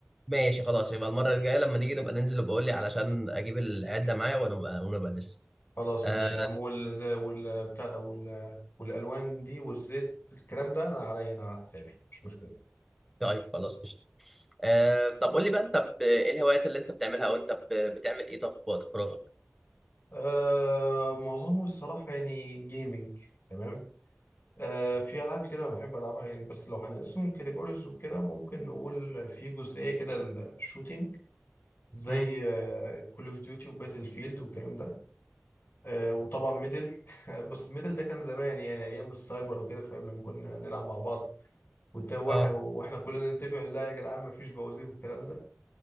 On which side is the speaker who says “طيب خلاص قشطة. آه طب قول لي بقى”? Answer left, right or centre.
Centre